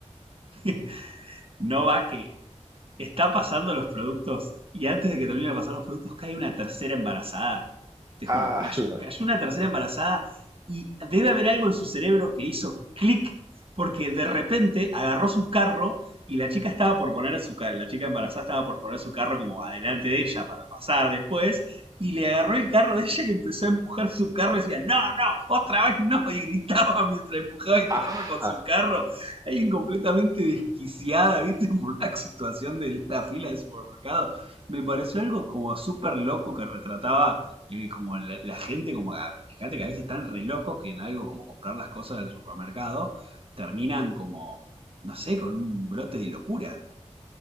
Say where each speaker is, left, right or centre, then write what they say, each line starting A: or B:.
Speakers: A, on the right; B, on the right.
A: <laughs> no va que Está pasando los productos y antes de que termine de pasar los productos cae una tercera embarazada. Te juro,
B: Ah,
A: cayó,
B: la-
A: cayó una tercera embarazada y debe haber algo en su cerebro que hizo clic porque de repente agarró su carro y la chica estaba por poner su carro, la chica embarazada estaba por poner su carro como adelante de ella para pasar después, y le agarró el carro de ella y empezó a empujar su carro y decía, no, no, otra vez no, y gritaba mientras empujaba el
B: ah,
A: carro con su carro, alguien completamente desquiciada, ¿viste? <laughs> Por una situación de la fila de supermercado. Me pareció algo como súper loco que retrataba eh, como la, la, gente, como a- fíjate que a veces están re locos que en algo como comprar las cosas del supermercado terminan como, no sé, con un brote de locura.